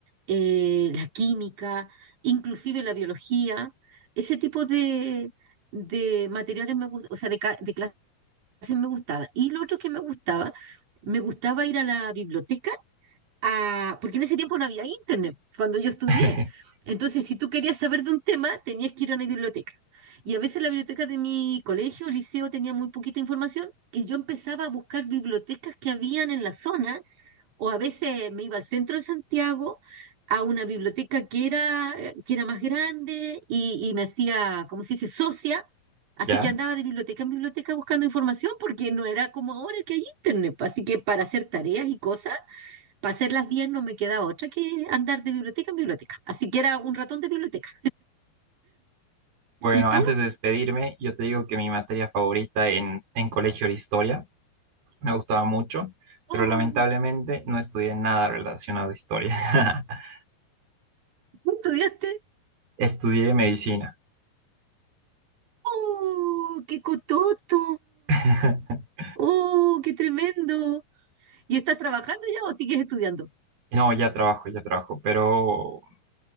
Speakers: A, on the right; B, on the right.
A: eh, la química, inclusive la biología. Ese tipo de, de materiales me gusta, o sea, de, ca- de clases clases me gustaba. Y lo otro que me gustaba, me gustaba ir a la biblioteca, a... porque en ese tiempo no había internet, cuando yo estudié.
B: <laughs>
A: Entonces, si tú querías saber de un tema, tenías que ir a una biblioteca. Y a veces la biblioteca de mi colegio o liceo tenía muy poquita información y yo empezaba a buscar bibliotecas que habían en la zona o a veces me iba al centro de Santiago a una biblioteca que era, eh, que era más grande y, y me hacía, como se dice, socia, así
B: ¿Ya?
A: que andaba de biblioteca en biblioteca buscando información porque no era como ahora que hay internet, pa, así que para hacer tareas y cosas, para hacerlas bien no me quedaba otra que andar de biblioteca en biblioteca, así que era un ratón de biblioteca.
B: Bueno,
A: ¿Y tú?
B: antes de despedirme, yo te digo que mi materia favorita en, en colegio era historia, me gustaba mucho,
A: Oh,
B: pero lamentablemente no estudié nada relacionado a historia. <laughs>
A: ¿tú estudiaste?
B: Estudié medicina.
A: ¡Oh, qué cototo!
B: <laughs>
A: ¡Oh, qué tremendo! ¿Y estás trabajando ya o sigues estudiando?
B: No, ya trabajo, ya trabajo, pero